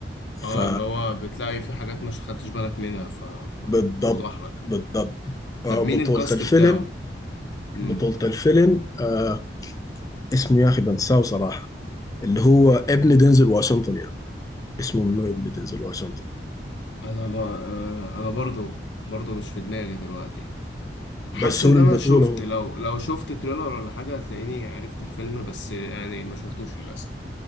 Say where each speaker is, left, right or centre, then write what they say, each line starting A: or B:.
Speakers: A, on the left (about 20°); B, on the left (about 80°).
A: ف
B: اه اللي هو بتلاقي في حاجات مش خدتش بالك منها ف... فتوضح
A: بالضبط
B: لك
A: بالضبط آه،
B: طب مين
A: بطولة
B: الكاست
A: الفيلم
B: بتاعه امم
A: بطولة الفيلم آه اسمه يا اخي بنساه صراحه اللي هو ابن دينزل واشنطن يعني اسمه منو ابن دينزل واشنطن
B: انا ب... آه، انا برضو برضو مش في دماغي دلوقتي حاسس
A: بس
B: ان
A: هو البطولة
B: انا شفت
A: هو
B: لو لو شفت تريلر ولا حاجه هتلاقيني عرفت الفيلم بس يعني ما شفتوش للاسف